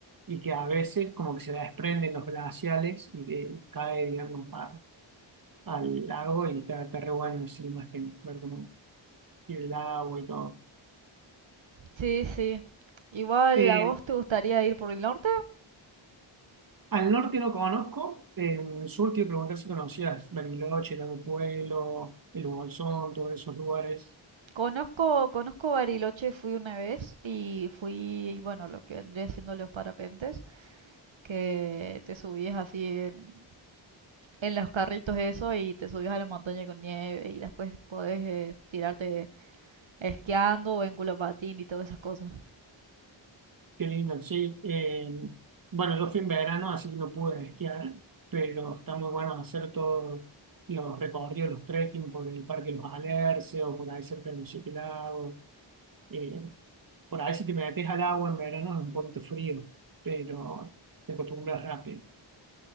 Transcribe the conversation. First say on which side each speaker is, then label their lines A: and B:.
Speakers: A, on the right; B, on the right.
A: y que a veces como que se desprenden los glaciales y te cae, digamos, a- al lago y está, está re bueno así, imagen, ver cómo tiene el agua y todo.
B: Sí, sí. Igual,
A: Eh,
B: ¿a vos te gustaría ir por el norte?
A: Al norte no conozco, en el sur te iba a preguntar si conocías Bariloche, Lago Puelo, el Bolsón, todos esos lugares.
B: Conozco, conozco Bariloche, fui una vez y fui, bueno, lo que vendría siendo los parapentes, que te subías así en, en los carritos eso y te subías a la montaña con nieve y después podés eh, tirarte esquiando o en culo patín y todas esas cosas.
A: Qué lindo, sí. Eh, bueno, yo fui en verano, así que no pude esquiar, pero está muy bueno hacer todos los recorridos, los trekking por el Parque Los Alerces o por ahí cerca de los Siete Lagos. Eh, por ahí si te metes al agua en verano es un poquito frío, pero te acostumbras rápido.